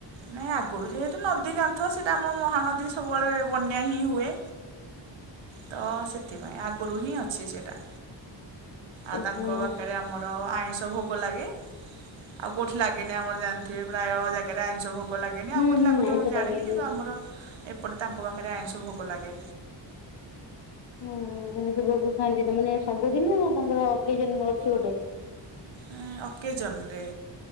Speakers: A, on the right; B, on the left.
A: ନାଇଁ ଆଗରୁ ଯେହେତୁ ନଦୀ କା ଥ ସେଟା ଆମ ମହାନଦୀ ସବୁବେଳେ ବନ୍ୟା ହିଁ ହୁଏ। ତ ସେଥିପାଇଁ ଆଗରୁ ହିଁ ଅଛି ସେଇଟା। ଆଉ
B: ଓହୋ
A: ତାଙ୍କ ପାଖରେ ଆମର ଆଇଁଷ ଭୋ ଗ ଲାଗେ। ଆଉ କୋଉଠି ଲାଗେନି ଆମର ଜାଣିଥିବେ ପ୍ରାୟ ଜାଗାରେ। ଷ ଭୋଗ ଲାଗେନି
B: ହୁଁ
A: ଆଉ କୋଉଠି
B: ହୁଁ
A: ଲାଗୁଥିବ
B: ଆଇଁଷ
A: ମୁଁ ଜାଣିନି।
B: ଲାଗେନି।
A: କିନ୍ତୁ ଆମର ଏପଟ ତାଙ୍କ ପାଖରେ ଆଇଁଷ ଭୋଗ ଲାଗେ।
B: <inaudible> ଓହୋ! ମାନେ ସେ ଭୋଗ ଖାଆନ୍ତି ତ ମାନେ ସବୁଦିନେ ନା ତାଙ୍କର ଅକେଜନ ଅଛି ଗୋଟେ?
A: ଆଁ, ଓକେଜନ ରେ।